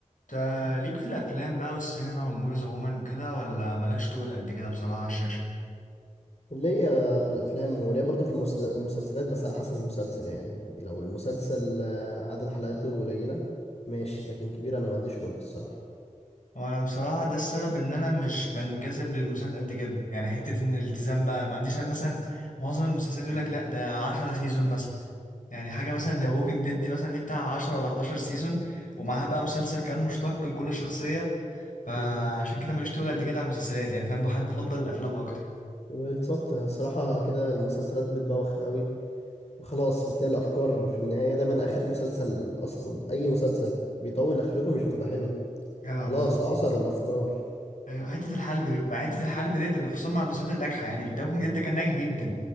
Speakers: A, on the left; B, on the left.
A: تا ليك في الافلام بقى والسينما والموفيز عموما كده ولا مالكش تقول قد كده بصراحه على الشاشه
B: ليا في الافلام وليا برضه في المسل- المسلسلات بس على حسب المسلسل يعني لو المسلسل آه، عدد حلقاته قليله ماشي لكن كبير انا ما عنديش خلق الصراحه
A: وانا بصراحه ده السبب ان انا مش بنجذب للمسلسلات قد كده يعني حته ان الالتزام بقى ما عنديش مثلا معظم المسلسلات يقول لك لا ده 10 سيزون مثلا يعني حاجه مثلا ذا ووكينج ديد دي مثلا دي بتاع 10 ولا 11 سيزون ومعاها بقى مسلسل كان مشتق لكل شخصيه فعشان
B: امم
A: كده ماليش تقول قد كده على المسلسلات يعني فاهم بحب افضل الافلام اكتر
B: بالظبط الصراحه كده المسلسلات بتبوخ قوي وخلاص بتلاقي الافكار في النهايه دايما اخر مسلسل اصلا اي مسلسل بيطول اخرته مش بتبقى حلوه
A: جدع
B: خلاص
A: بالظبط
B: عصروا الافكار
A: ايوه حته الحلب دي مع حته الحلب ديت اللي خصوصا مع المسلسلات الناجحه يعني داوكن جدا كان ناجح جدا